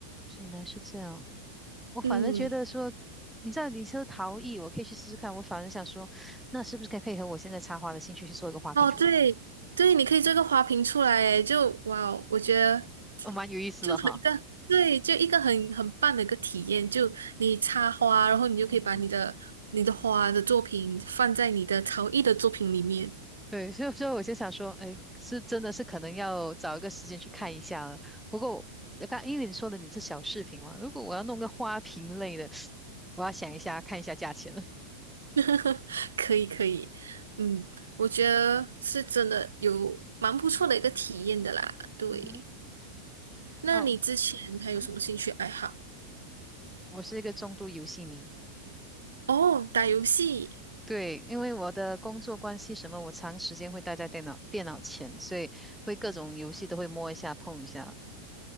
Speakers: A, in the centre; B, on the right.
A: 原来是这样。我反而觉得说，
B: 嗯，
A: 你知道你说陶艺，我可以去试试看。我反而想说，那是不是可以配合我现在插花的兴趣去做一个花瓶出来？
B: 哦，对对，你可以做个花瓶出来，诶，就哇哦我觉得
A: 哦，蛮有意思的哈。
B: 就很一个对，就一个很很棒的一个体验。就你插花，然后你就可以把你的你的花的作品放在你的陶艺的作品里面，
A: 嗯哼。对，所以所以我就想说，哎，是真的是可能要找一个时间去看一下了。不过呃刚因为你说的你是小饰品嘛，如果我要弄个花瓶类的，我要想一下看一下价钱了。
B: <laughs> 可以可以，嗯，我觉得是真的有蛮不错的一个体验的啦。对，
A: 嗯哼，
B: 那你之前还有什么兴趣爱好？
A: 哦，嗯哼，我是一个重度游戏迷。
B: 哦，打游戏。
A: 对，因为我的工作关系什么，我长时间会待在电脑电脑前，所以会各种游戏都会摸一下、碰一下